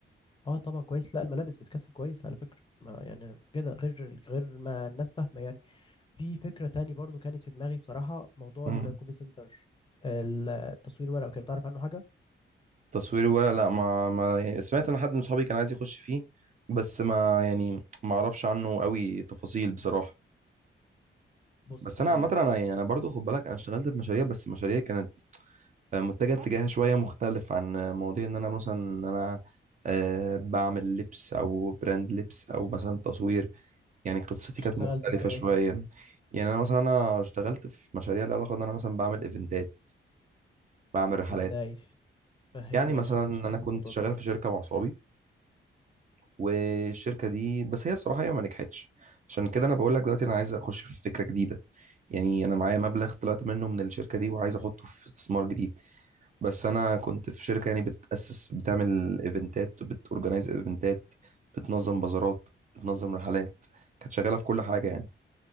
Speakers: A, on the left (about 25°); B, on the right (about 35°).
A: اه طبعا كويس لا الملابس بتكسب كويس على فكرة ما يعني كده غير غير ما الناس فاهمة يعني في فكرة تاني برضو كانت في دماغي بصراحة موضوع
B: مم.
A: الكوبي سنتر التصوير ورق وكده تعرف عنه حاجة
B: تصويري ولا لا ما, ما يعني سمعت ان حد من صحابي كان عايز يخش فيه بس ما يعني ما اعرفش عنه قوي تفاصيل بصراحه
A: بص
B: بس
A: هقول
B: انا عامه
A: لك
B: انا يعني انا برضو خد بالك انا اشتغلت في مشاريع بس مشاريع كانت آه، متجهه اتجاهها شويه مختلف عن آه، مواضيع ان انا مثلا ان انا آه، بعمل لبس او براند لبس او مثلا تصوير يعني قصتي
A: اشتغلت
B: كانت مختلفه
A: في ايه
B: شويه يعني انا مثلا انا اشتغلت في مشاريع لها علاقه ان انا مثلا بعمل ايفنتات بعمل رحلات
A: ازاي فهمني
B: يعني مثلا
A: عشان انا مش عارف
B: انا كنت
A: الموضوع
B: شغال
A: ده
B: في شركه مع صحابي والشركه دي بس هي بصراحه هي ما نجحتش عشان كده انا بقول لك دلوقتي انا عايز اخش في فكره جديده يعني انا معايا مبلغ طلعت منه من الشركه دي وعايز احطه في استثمار جديد بس انا كنت في شركه يعني بتاسس بتعمل ايفنتات وبتورجنايز ايفنتات بتنظم بازارات بتنظم رحلات كانت شغاله في كل حاجه يعني